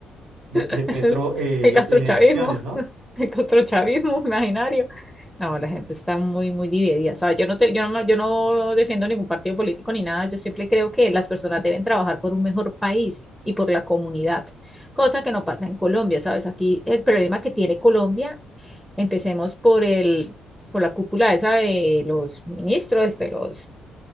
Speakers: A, on the right (about 80°); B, in the centre.
A: de, de
B: El, <laughs>
A: Petro eh,
B: el castrochavismo,
A: en elecciones, ¿no?
B: <laughs> el castrochavismo imaginario. No, la gente está muy, muy dividida. ¿sabes? Yo no te- yo no, me- yo no defiendo ningún partido político ni nada. Yo siempre creo que las personas deben trabajar por un mejor país y por la comunidad, cosa que no pasa en Colombia, ¿sabes? Aquí el problema que tiene Colombia, empecemos por el, por la cúpula esa de los ministros, de los